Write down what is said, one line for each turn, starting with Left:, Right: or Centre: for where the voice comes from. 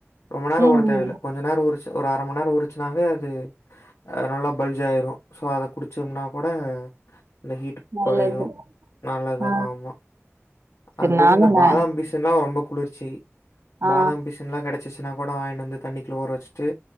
Left: ரொம்ப நெரோ
Right: ம்.
Left: ஊற தேவயில்ல கொ ஞ்ச நெரோ ஊருச்சு ஒரு அர மண் நேரோ ஊருச்சுனாவே அது நல்லா பல்ஜ் ஆயிரு ஸோ அத குடிச்சம்ன்னா கூட அந்த ஹீட்
Right: நல்லது.
Left: கொறையூ நல்லதுதா
Right: ஆ.
Left: ஆமா
Right: சரி
Left: அதுபோக
Right: நானும்
Left: இந்த
Right: நா
Left: பாதம், பிஸ் ஸுன்னா ரொம்ப குளிர்ச்சி
Right: ஆ.
Left: பாதாம் பிஸ் எல்லா கெடச்சிச்சுன்னா கூட வாயின்ட் வந்து தண்ணிகுள்ள ஊற வச்ட்டு